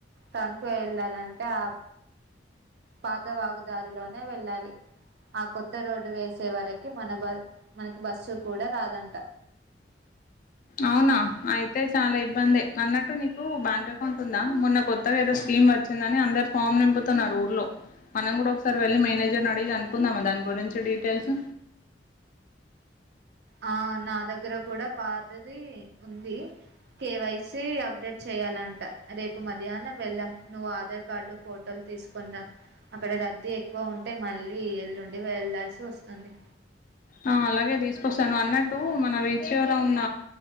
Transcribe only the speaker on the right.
టౌన్కు వెళ్ళాలంటే ఆ పాత వాగుదారిలోనే వెళ్ళాలి ఆ కొత్త రోడ్డు వేసే వరకి మన బ మనకి బస్సు కూడా రాదంట
ఆ నా దగ్గర కూడా పాతది ఉంది. కేవైసీ అప్డేట్ చేయాలంట రేపు మధ్యాహ్నం వెళ్ నువు ఆధార్ కార్డు ఫోటోలు తీసుకుందాం అక్కడ రద్దీ ఎక్కువ ఉంటే మళ్ళీ ఎల్లుండి వెళ్లాల్సి వస్తుంది